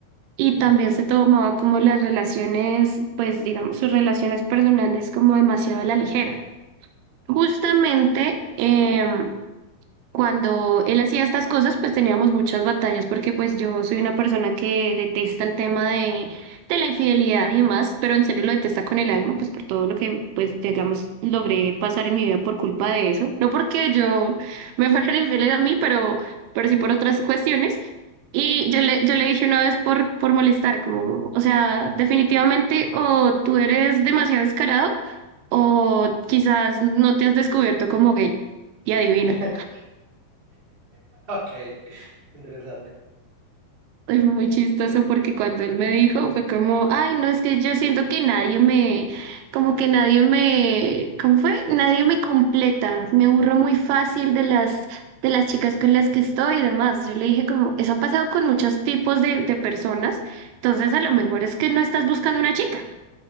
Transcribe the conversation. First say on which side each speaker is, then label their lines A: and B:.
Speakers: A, on the right; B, on the right.
A: y
B: Ujú.
A: también se tomaba como las relaciones, pues digamos, sus relaciones personales como demasiado a la ligera. Justamente, em, cuando él hacía estas cosas, pues teníamos muchas batallas porque pues yo soy una persona que detesta el tema de, de la infidelidad y demás, pero en serio lo detesta con el alma, pues por todo lo que pues digamos logré pasar en mi vida por culpa de eso. No porque yo <laughs> me fuera infiel a mí, pero, pero sí por otras cuestiones. Y yo le, yo le dije una vez por, por molestar, como, o sea, definitivamente o tú eres demasiado descarado o quizás no te has descubierto como gay. Y adivina.
B: <laughs> Ok, interesante.
A: Y fue muy chistoso porque cuando él me dijo fue como, ay, no, es que yo siento que nadie me, como que nadie me, ¿cómo fue? Nadie me completa, me aburro muy fácil de las, de las chicas con las que estoy y demás. Yo le dije como, eso ha pasado con muchos tipos de, de personas, entonces a lo mejor es que no estás buscando una chica.